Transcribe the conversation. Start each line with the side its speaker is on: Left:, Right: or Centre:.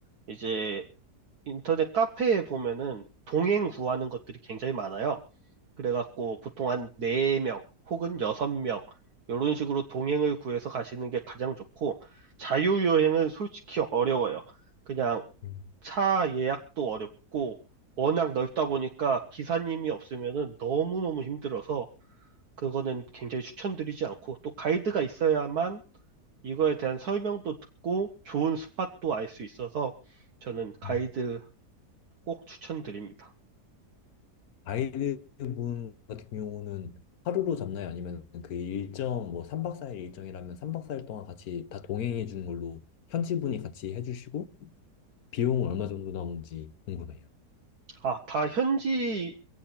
Right: 이제 인터넷 카페에 보면은 동행 구하는 것들이 굉장히 많아요. 그래갖고 보통 한 4명 혹은 6명 이런 식으로 동행을 구해서 가시는 게 가장 좋고 자유여행은 솔직히 어려워요. 그냥
Left: 음,
Right: 차 예약도 어렵고 워낙 넓다 보니까 기사님이 없으면은 너무너무 힘들어서 그거는 굉장히 추천드리지 않고 또 가이드가 있어야만 이거에 대한 설명도 듣고 좋은 스팟도 알 수 있어서 저는 가이드
Left: 음.
Right: 꼭 추천드립니다.
Left: 가이드분 같은 경우는 하루로 잡나요? 아니면 그 일정, 뭐 3박 4일 일정이라면 3박 4일 동안 같이 다 동행해 주는 걸로 현지 분이 같이 해주시고 비용은 얼마 정도 나오는지 궁금해요.
Right: 아, 다 현지